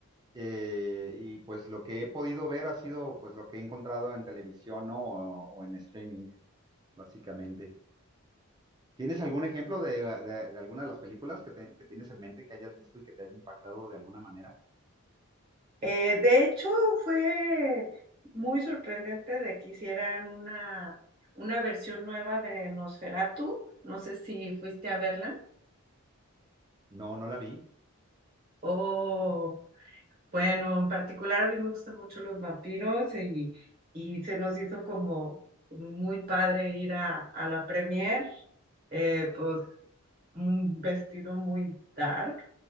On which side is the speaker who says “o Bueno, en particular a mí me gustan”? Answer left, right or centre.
Right